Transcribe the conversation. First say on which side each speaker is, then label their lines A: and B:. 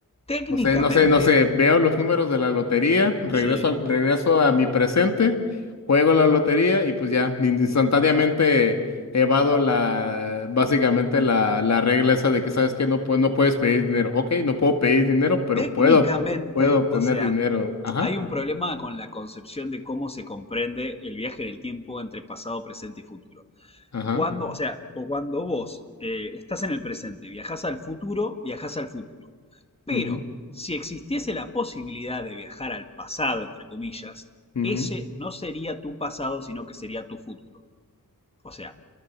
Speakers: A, on the left; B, on the left.
A: Técnicamente,
B: o sea, no sé, no sé, veo los números de la lotería, regreso
A: sí.
B: al, regreso a mi presente, juego la lotería y pues ya, in- instantáneamente evado la, básicamente la, la regla esa de que, ¿sabes qué? No, pue- no puedes pedir dinero. Ok, no puedo pedir dinero, pero
A: Técnicamente,
B: puedo, puedo obtener
A: o sea,
B: dinero. Ajá,
A: Hay un problema con la concepción de cómo se comprende el viaje en el tiempo entre pasado, presente y futuro.
B: ajá.
A: Cuando, o sea, po- cuando vos eh, estás en el presente, viajás al futuro, viajás al futuro. Pero
B: mhm
A: si existiese la posibilidad de viajar al pasado, entre comillas,
B: mhm
A: ese no sería tu pasado, sino que sería tu futuro. O sea,